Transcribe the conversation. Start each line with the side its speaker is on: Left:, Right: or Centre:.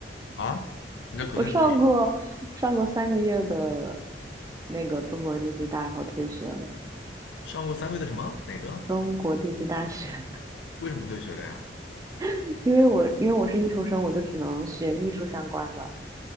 Left: 啊？你在国内读的是啥
Right: 我上过上过三个月的那个中国地质大，然后退学了。
Left: 上过三个月的什么？哪个？
Right: 中国地质大学，
Left: 为什么退学了呀？
Right: <laughs> 因为我因为我是艺术生，我就只能学艺术相关的，